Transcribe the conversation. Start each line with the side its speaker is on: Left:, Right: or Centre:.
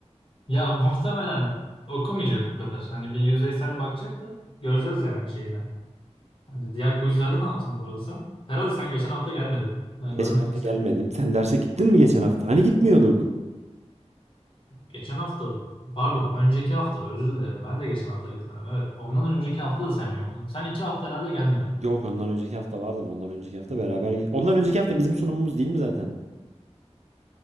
Left: ya muhtemelen okumayacak o kadar. Hani bir yüzeysel bakacak da göreceğiz yani şeyine. Hani diğer quizlerde ne yaptın bu arada sen? Herhalde sen geçen hafta gelmedin. Ben
Right: Geçen
Left: görmedim
Right: hafta
Left: seni.
Right: gelmedim. Sen derse gittin mi geçen hafta? Hani gitmiyorduk.
Left: Geçen hafta Pardon, önceki hafta özür dilerim. Ben de geçen hafta gitmedim. Evet. Ondan önceki hafta da sen yoktun. Sen iki hafta herhalde gelmedin.
Right: Yok ondan önceki hafta vardım. Ondan önceki hafta beraber. ge- Ondan önceki hafta bizim sunumumuz değil mi zaten?